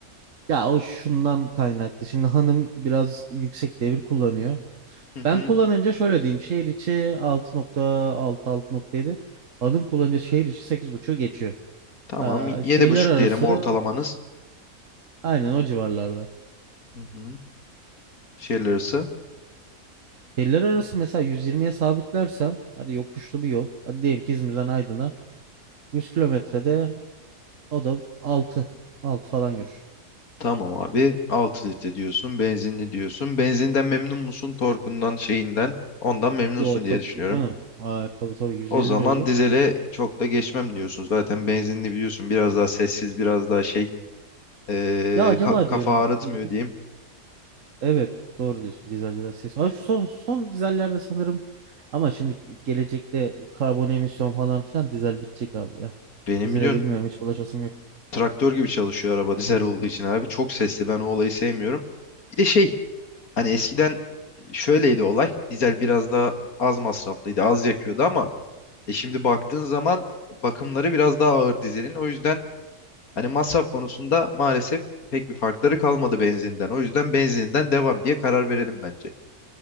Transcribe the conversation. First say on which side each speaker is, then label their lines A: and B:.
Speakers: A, on the right; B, on the left.
A: Ya o şundan kaynaklı. Şimdi hanım biraz yüksek devir kullanıyor.
B: Hı hı.
A: Ben kullanınca şöyle diyeyim. Şehir içi 6.6 6.7. Hanım kullanınca şehir içi 8.5'u geçiyor.
B: Tamam.
A: Aa,
B: Yedi
A: şehirler
B: buçuk
A: arası
B: diyelim ortalamanız.
A: aynen o civarlarda.
B: Hı hı. Şehirler arası.
A: Şehirler arası mesela 120'ye sabitlersem hadi yokuşlu bir yol. Hadi diyelim ki İzmir'den Aydın'a 100 kilometrede o da 6 6 falan görür.
B: Tamam abi. 6 litre diyorsun. Benzinli diyorsun. Benzinden memnun musun? Torkundan şeyinden. Ondan memnunsun
A: Yo çok
B: diye düşünüyorum.
A: iyi canım. Aa, tabii tabii 150
B: O zaman
A: beygir.
B: dizele çok da geçmem diyorsun. Zaten benzinli biliyorsun biraz daha sessiz, biraz daha şey Ee,
A: Ya acaba
B: ka- kafa
A: diyorum
B: ağrıtmıyor
A: hibrit
B: diyeyim.
A: mi? Evet doğru diyorsun. Dizel biraz ses. Ha, şu son, son dizellerde sanırım ama şimdi gelecekte karbon emisyon falan filan dizel bitecek abi ya.
B: Benim
A: Dizele
B: biliyorsun
A: bilmiyorum hiç bulaşasım yok.
B: traktör gibi çalışıyor araba <laughs> dizel olduğu için abi. Çok sesli ben o olayı sevmiyorum. Bir de şey hani eskiden şöyleydi olay. Dizel biraz daha az masraflıydı az yakıyordu ama e şimdi baktığın zaman bakımları biraz daha ağır dizelin. O yüzden hani masraf konusunda maalesef pek bir farkları kalmadı benzinden. O yüzden benzininden devam diye karar verelim bence.